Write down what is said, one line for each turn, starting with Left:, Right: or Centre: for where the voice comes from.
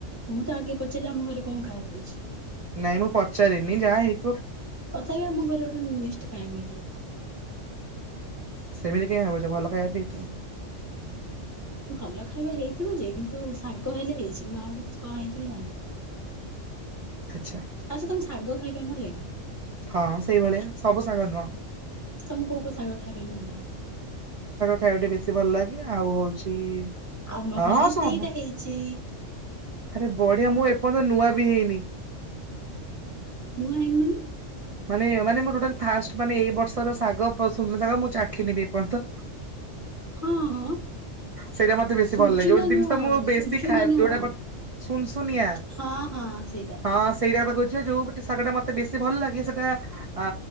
Left: ମୁଁ ତ ଆଗେ ପଚାରିଲି ଆମ ଘରେ କଣ ଖାଇବା ହେଇଛି।
Right: ନାଇଁ ମୁଁ ପଚାରିନି ଯାହା ହେଇ
Left: ତଥାପି ଆମ ଘରେ ଗୋଟେ ନିଶ୍ଚିନ୍ତ ଖାଇବାକୁ ହେଇଥିବ
Right: ସେମିଲତି କିଆଁ ଭାବୁଚ ଭଲ ଖାଇବା ବି ହେଇଥିବ।
Left: ଭଲ ଖାଇବା ହେଇଥିବ ଯେ କିନ୍ତୁ ସାଙ୍ଗ ହେଲେ ହେଇଛି ମୁଁ ଆଉ କି କଣ ହେଇଥିବି ଜାଣିନି।
Right: ଆଚଛା।
Left: ଆଛା ତମେ ଶାଗ ଖାଇବା ଭଲଲାଗେ।
Right: ହଁ ସେଇଭଳିଆ ସବୁ ସାଗ ନୁହଁ।
Left: ତମ କୋଉ କଉ ସାାଗର ଖାଇବେ ମ ଲ
Right: ଖାଇାଉ ବ ଭଲ ଲାଗେ ଆଉ ହଉଛି
Left: ଆମ
Right: ହଁ
Left: ଘରେ
Right: ସବୁ
Left: ସେଇଟା ହେଇଛି।
Right: ଆରେ ବଢିଆ ମୁଁ ଏପର୍ଯ୍ୟନ୍ତ ନୂଆ ବି ହେଇନି
Left: ନୁ ଆଇନ ମନି
Right: ମାନେ ମାନେ ମ ଟୋଟାଲ ଫାଷ୍ଟ ମାନେ ଏଇ ବର୍ଷର ଶାଗାଗ ମୁଁ ଚାଖୀ ନେବି ଏପର୍ଯ୍ୟନ୍ତ
Left: ହଁ
Right: ସେଇଟା ମତେ ବେଶୀ
Left: ସୁଜୁନା
Right: ଭଲ ଲାଗେ ଯୋଉ ଜିନିଷ
Left: ନୁହଁ
Right: ମୁଁ ବେଶୀ
Left: ସୁଜୁନା
Right: ଖାଏବ
Left: ନୁହଁ।
Right: ଯୋଉଟା ସୁନସୁନିଆ
Left: ହଁ ହଁ ସେଇଟା
Right: ହଁ ସେଇଟା ଯୋଉଟୋଗ ଟା ମତେ ବେଶୀ ଭଲ ଲାଗେ ସେ ଆ